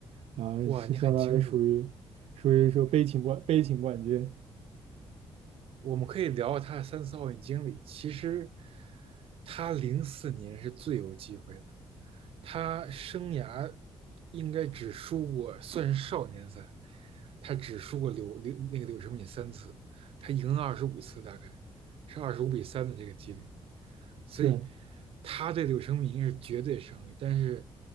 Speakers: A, on the right; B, on the right.
A: 然后是相当于属于属于说悲情冠悲情冠军，
B: 哇，你很清楚。我们可以聊聊他的三次奥运经历。其实，他零四年是最有机会的。他生涯应该只输过，算是少年赛，他只输过柳柳那个柳什敏三次，他赢了二十五次，大概是二十五比三的这个几率。所以
A: <laughs> 对
B: 他对柳承敏应该是绝对胜利，但是